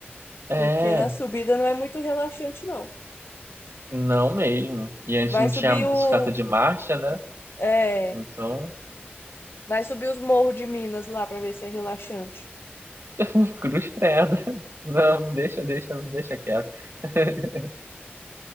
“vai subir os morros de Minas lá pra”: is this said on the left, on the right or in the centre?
Left